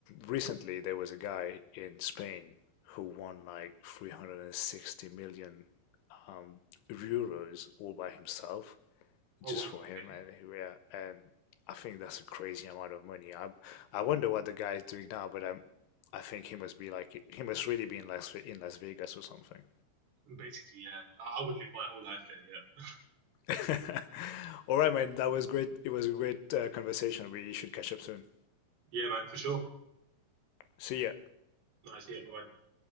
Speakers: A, on the left; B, on the right.
A: recently there was a guy in Spain who won like 360 million um, euros all by himself.
B: Oh
A: just
B: wow.
A: for
B: Okay.
A: him and who- yeah, and I think that's a crazy amount of money. I I wonder what the guy is doing now, but I'm I think he must be like he must really be in Las Ve- in Las Vegas or something.
B: Basically, yeah. I I would live my whole life there. Yeah.
A: <laughs> All right, man, that was great. It was a great uh, conversation. We should catch up soon.
B: Yeah, man, for sure.
A: See ya.
B: Nice. Yeah. Bye.